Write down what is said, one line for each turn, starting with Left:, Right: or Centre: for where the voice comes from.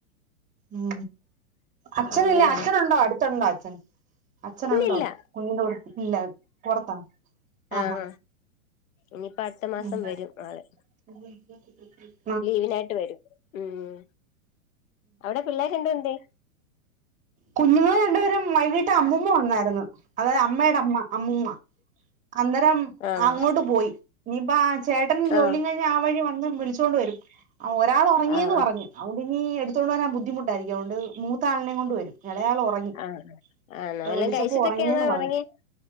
Right: ഉം അച്ഛനല്ലേ
Left: അങ്ങനെ
Right: അച്ഛനുണ്ടോ അടുത്തുണ്ടോ അച്ഛൻ അച്ഛനുണ്ടോ
Left: ഇല്ലില്ല
Right: കുഞ്ഞിന്റെ കൂടെ ഇല്ല പുറത്താ ആഹാ
Left: ആഹ ഇനിയിപ്പ അടുത്ത മാസം
Right: ഉം
Left: വരും ആള്
Right: <unintelligible>
Left: ലീവിനായിട്ട് വരും ഉം അവിടെ പിള്ളേരണ്ടും എന്ത്യേ
Right: കുഞ്ഞുങ്ങൾ രണ്ട്പേരും വൈകീട്ട് അമ്മമ്മ വന്നായിരുന്നു അതായത് അമ്മയുടെ അമ്മ അമ്മൂമ്മ അന്നേരം
Left: ആഹ്
Right: അങ്ങോട്ട് പോയി ഇനിപ്പോ ചേട്ടൻ ജോലി
Left: ആഹ്
Right: കഴിഞ്ഞ് ആ വഴി വന്ന് വിളിച്ചുകൊണ്ട് വരും ഒരാൾ ഉറങ്ങിയന്ന്
Left: ആഹ്
Right: പറഞ്ഞു അകൊണ്ട്നി എടുത്തൊണ്ട് വരാൻ ബുദ്ധിമുട്ടായിരിക്കുംഅതൊണ്ട് മൂത്ത ആളിനെ കൊണ്ടു വരും എളയാള് ഒ റങ്ങി
Left: ആഹ് ആഹ് ആണോ
Right: ഇപ്പ
Left: വല്ലോം
Right: വിളിച്ചപ്പോ
Left: കഴിച്ചിട്ടൊക്കെയാണോ
Right: ഉറങ്ങിയന്ന് പറഞ്ഞു
Left: ഒറങ്ങിയെ